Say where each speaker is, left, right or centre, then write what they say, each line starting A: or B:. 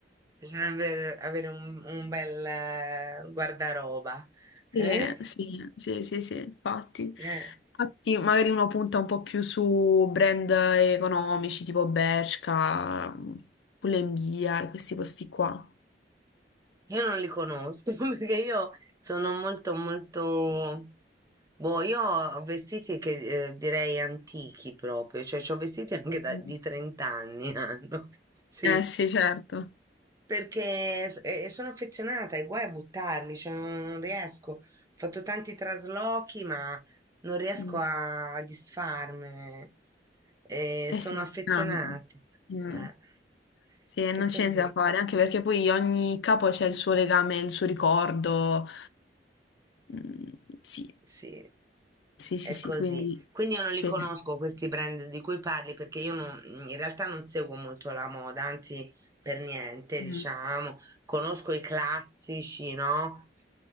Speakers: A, on the right; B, on the left.
A: bisognerebbe avere un, un bel eh, guardaroba.
B: Sì,
A: Eh?
B: sì, sì, sì, sì, infatti.
A: Eh,
B: Infatti, magari uno punta un po' più su brand economici tipo Bershka, Pull&Bear, questi posti qua.
A: Io non li conosco <laughs> perché io sono molto molto boh, io ho vestiti che eh, direi antichi proprio, cioè ho vestiti anche da-
B: Mm.
A: di 30 anni hanno. <laughs> Sì.
B: Eh sì, certo.
A: Perché s- eh, sono affezionata e guai a buttarli, cioè non, non riesco. Ho fatto tanti traslochi, ma non riesco
B: Mm.
A: a, a disfarmene. Eh,
B: Eh
A: sono
B: sì,
A: affezionata.
B: funzionano. Mm.
A: Eh, <laughs>
B: Sì, non
A: è così.
B: c'è niente da fare, anche perché poi ogni capo c'è il suo legame, il suo ricordo. Mm, Sì,
A: Sì,
B: sì, sì,
A: è
B: sì,
A: così.
B: quindi
A: Quindi io non
B: sì.
A: li conosco questi brand di cui parli perché io non- in realtà non seguo molto la moda, anzi per niente,
B: Mm.
A: diciamo. Conosco i classici, no?